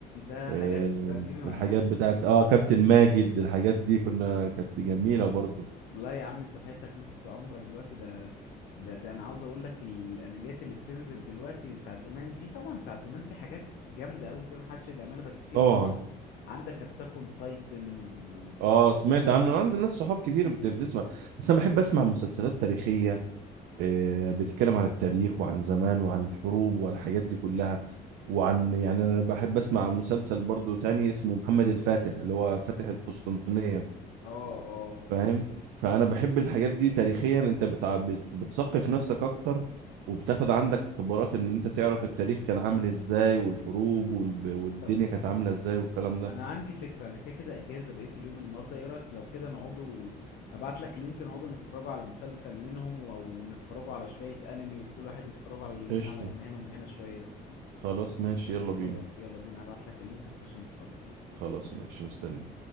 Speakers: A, on the left; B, on the right.
A: ده
B: آه،
A: حاجات قديمة
B: الحاجات بتاعت اه كابتن ماجد الحاجات دي كنا كانت جميلة برضو
A: لا يا عم انت فايتك نص عمرك دلوقتي ده ده ده انا عاوز اقول لك الانميات اللي بتنزل دلوقتي بتاعت زمان دي طبعا بتاعت زمان في حاجات جامدة قوي تقول محدش يقدر يعملها بس في
B: طبعا
A: طبعا عندك اتاك اون تايتن و
B: اه سمعت عنه عندي ناس صحاب كتير بت- بتسمع بس انا بحب اسمع مسلسلات تاريخية آه، بتتكلم عن التاريخ وعن زمان وعن الحروب والحاجات دي كلها وعن يعني انا بحب اسمع مسلسل برضو تاني اسمه محمد الفاتح اللي هو فاتح القسطنطينية
A: اه اه
B: فاهم فانا بحب الحاجات دي تاريخيا انت بتع... بت... بتثقف نفسك اكتر وبتاخد عندك خبرات ان انت تعرف التاريخ كان عامل ازاي والحروب والب... والدنيا
A: طب
B: كانت عامله ازاي والكلام ده
A: انا عندي فكرة انا كده كده اجازة بقيت اليوم النهاردة ايه رأيك لو كده نقعدوا هبعت لك لينك نقعدوا نتفرجوا على مسلسل منهم و- ونتفرجوا على شوية انمي وكل واحد يتفرجوا على لنا
B: قشطه
A: على من هنا ومن هنا شوية
B: خلاص ماشي يلا بينا
A: خلاص يلا بينا هبعت لك اللينك ونخش نتفرج
B: خلاص ماشي مستني